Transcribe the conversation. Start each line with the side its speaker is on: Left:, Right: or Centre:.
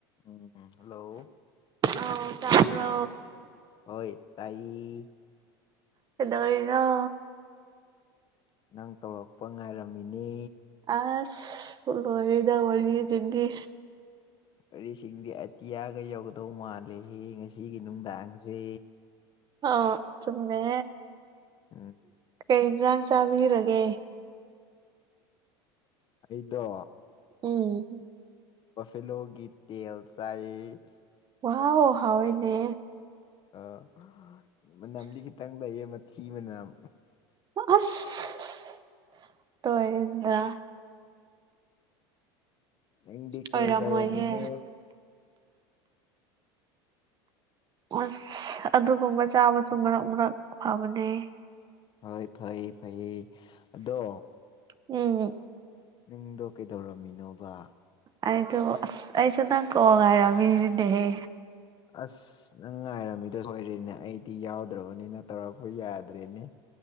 Left: ꯎꯝ hello
Right: ꯑꯥ ꯇꯕ
Left: ꯍꯣꯏ ꯇꯥꯏ
Right: ꯀꯩꯗꯧꯔꯤꯅꯣ
Left: ꯅꯪ ꯇꯧꯔꯛꯄ ꯉꯥꯏꯔꯝꯃꯤꯅꯦ
Right: ꯑꯁ ꯂꯔꯤꯗ ꯋꯥꯔꯤꯒꯤ ꯇꯤꯟꯒꯤ
Left: ꯋꯥꯔꯤꯁꯤꯡꯗꯤ ꯑꯇꯤꯌꯥꯒ ꯌꯧꯒꯗꯧ ꯃꯥꯜꯂꯦꯍꯦ ꯉꯁꯤꯒꯤ ꯅꯨꯡꯗꯥꯡꯁꯦ
Right: ꯑꯥ ꯁꯨꯝꯃꯦ
Left: ꯎꯝ
Right: ꯀꯩ ꯏꯟꯁꯥꯡ ꯆꯥꯕꯤꯔꯒꯦ
Left: ꯑꯩꯗꯣ
Right: ꯑꯣ
Left: ꯕꯐꯤꯂꯣꯒꯤ ꯇꯦꯜ ꯆꯥꯏ
Right: ꯋꯥ ꯍꯥꯎꯋꯏꯅꯦ
Left: ꯑꯥ ꯃꯅꯝꯗꯤ ꯈꯤꯇꯪ ꯂꯩꯌꯦ ꯃꯊꯤ ꯃꯅꯝ
Right: ꯑꯁ ꯇꯣꯏꯗ
Left: ꯅꯪꯗꯤ ꯀꯩꯗꯧꯔꯝꯃꯤꯅ
Right: ꯑꯣꯏꯔꯝꯃꯣꯏꯍꯦ ꯑꯁ ꯑꯗꯨꯒꯨꯝꯕ ꯆꯥ ꯃꯁꯨ ꯃꯔꯛ ꯃꯔꯛ ꯐꯕꯅꯦ
Left: ꯍꯣꯏ ꯐꯩ ꯐꯩ ꯑꯗꯣ
Right: ꯎꯝ
Left: ꯅꯪꯗꯣ ꯀꯩꯗꯧꯔꯝꯃꯤꯅꯣꯕ
Right: ꯑꯩꯗꯣ ꯑꯁ ꯑꯩꯁꯨ ꯅꯪ ꯀꯣꯡ ꯉ ꯍꯥꯏꯔꯝꯃꯤꯗꯤꯅꯦꯍꯦ
Left: ꯑꯁ ꯅꯪ ꯉꯥꯏꯔꯝꯃꯤꯗꯣ ꯁꯣꯏꯔꯦꯅꯦ ꯑꯩꯗꯤ ꯌꯥꯎꯗ꯭ꯔꯕꯅꯤꯅ ꯇꯧꯔꯛꯄ ꯌꯥꯗ꯭ꯔꯦꯅꯦ